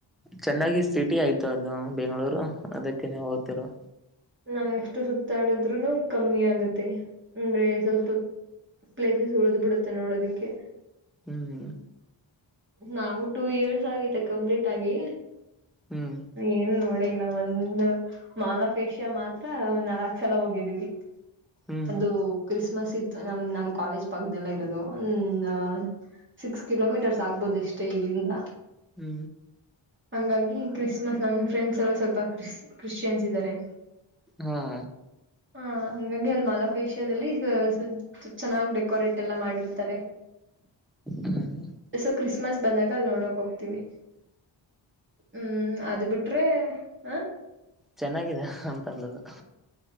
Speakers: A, in the centre; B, on the right (about 25°).
A: ಚೆನ್ನಾಗಿ ಸಿಟಿ ಆಯ್ತು ಅದು ಬೆಂಗಳೂರು ಅದಕ್ಕ ಹೋಗ್ತಿರು.
B: ನಾವ ಎಷ್ಟು ಸುತ್ತಾಡದ್ರುನು ಕಮ್ಮಿ ಆಗುತ್ತೆ ಅಂದ್ರೆ ಸುತ್ತು ಪ್ಲೇಸಸ್ ಉಳಿದ ಬಿಡತ್ತೆ ನೋಡೋದಿಕ್ಕೆ
A: ಹ್ಮ
B: ನಾವು ಟೂ ಇಯರ್ಸ್ ಆಗಿದೆ ಕಂಪ್ಲೀಟ್ ಆಗಿ.
A: ಹ್ಮ್
B: ಏನ್ ನೋಡೇ ಇಲ್ಲ. ಒಂದ ಮಾಲಫೇಶಿಯ ಮಾತ್ರ ನಾಲ್ಕ ಸಲ ಹೋಗಿದ್ದೀವಿ.
A: ಹ್ಮ್
B: ಅದು ಕ್ರಿಸ್ಮಸ್ ಇತ್ತ ನಮ ನಮ್ ಕಾಲೇಜ್ ಪಕ್ಕದೆಲ್ಲ ಇರೋದು ಒಂದ ಸಿಕ್ಸ್ ಕಿಲೋಮೀಟರ್ಸ್ ಆಗ್ಬೋದು ಎಷ್ಟೇ ಇಲ್ಲಿಂದ
A: ಹ್ಮ
B: ಹಂಗಾಗಿ ಕ್ರಿಸ್ಮಸ್ ನಮ ಫ್ರೆಂಡ್ಸ್ ಎಲ್ಲ ಸ್ವಲ್ಪ ಕ್ರಿಸ ಕ್ರಿಶ್ಚಿಯನ್ಸ್ ಇದ್ದಾರ.
A: ಹಾ
B: ಹ ಹಂಗಾಗಿ ಅಲ್ಲಿ ಮಾಲ್ ಆಫ್ ಎಶಿಯದಲ್ಲಿ ಅ ಸು ಚೆನ್ನಾಗ ಡೆಕೋರೇಟ್ ಎಲ್ಲ ಮಾಡಿರ್ತಾರೆ.
A: ಹ್ಮ್
B: ಸೊ ಕ್ರಿಸ್ಮಸ್ ಬಂದಾಗ ಅಲ್ಲ ನೋಡಕ ಹೋಗ್ತೀವಿ. ಹ್ಮ ಅದ್ ಬಿಟ್ರೆ ಹ
A: ಚೆನ್ನಾಗಿದ ಅಂತ ಅನ್ನದು.